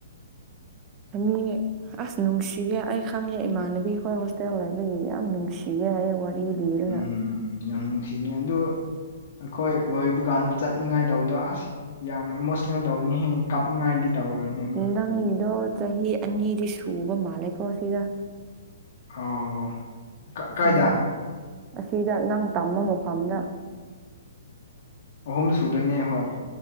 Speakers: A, on the right; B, on the left.
A: ꯅꯤ <unintelligible> ꯑꯁ ꯅꯨꯡꯁꯤꯌꯦ ꯑꯩ ꯈꯪꯉꯦ ꯏꯃꯥꯟꯅꯕꯤ ꯈꯣꯏ ꯍꯣꯁꯇꯦꯜ ꯂꯩꯕꯒꯤ ꯌꯥꯝ ꯅꯨꯡꯁꯤꯌꯦ ꯍꯥꯏꯌꯦ ꯋꯥꯔꯤ ꯂꯤꯔꯒ
B: ꯎꯝ ꯌꯥꯝ ꯅꯨꯡꯁꯤ ꯑꯗꯨ ꯑꯩꯈꯣꯏ ꯂꯣꯏꯕ ꯀꯥꯟꯗ ꯆꯠꯅꯤꯡꯉꯥꯏ ꯇꯧꯕꯗꯣ ꯑꯁ ꯌꯥꯝ ꯏꯃꯣꯁꯅꯦꯜ ꯇꯧꯅꯤꯍꯦ ꯀꯥꯞꯅꯤꯡꯉꯥꯏꯗꯤ ꯇꯧꯔꯅꯤ ꯃꯣꯏ
A: ꯅꯪꯗꯣ ꯆꯍꯤ ꯑꯅꯤꯗꯤ ꯁꯨꯕ ꯃꯥꯜꯂꯦꯀꯣ ꯁꯤꯗ
B: ꯑꯣ ꯀꯥꯏꯗ
A: ꯎꯝ ꯑꯁꯤꯗ ꯅꯪ ꯇꯝꯕ ꯃꯐꯝꯗ
B: ꯑꯍꯨꯝ ꯁꯨꯗꯣꯏꯅꯦ ꯍꯣꯏ